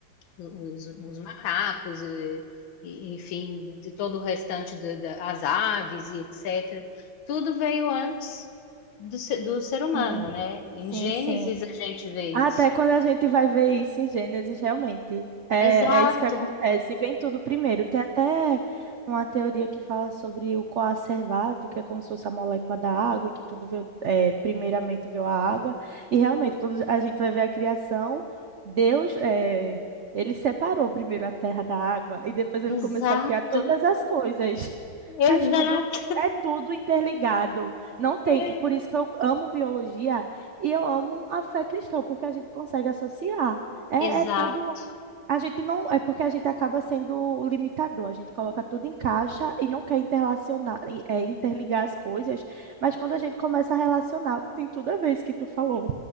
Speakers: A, on the left; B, on the right.
A: os, os macacos, e- e, enfim, de todo o restante do- da- as aves e etc. Tudo veio antes do, se- do ser humano,
B: sim,
A: né? Em
B: sim,
A: Gênesis
B: sim.
A: a gente vê isso.
B: Até quando a gente vai ver isso em Gênesis, realmente. É,
A: Exato,
B: é isso que acontece. Vem tudo primeiro. Tem até uma teoria que fala sobre o coacervato, que é como se fosse a molécula da água, e que tudo veio, é, primeiramente veio a água. E realmente, quando a gente vai ver a criação, Deus, é, ele separou primeiro a terra da água e depois ele
A: exato,
B: começou a criar todas as coisas. <laughs>
A: exato.
B: Faz tudo, é tudo interligado. Não tem,
A: É,
B: por isso que eu amo biologia e eu amo a fé cristã, porque a gente consegue associar. É,
A: exato.
B: é tudo. A gente não. É porque a gente acaba sendo limitador. A gente coloca tudo em caixa e não quer interlacionar, e, é, interligar as coisas. Mas quando a gente começa a relacionar, tem tudo a ver isso que tu falou.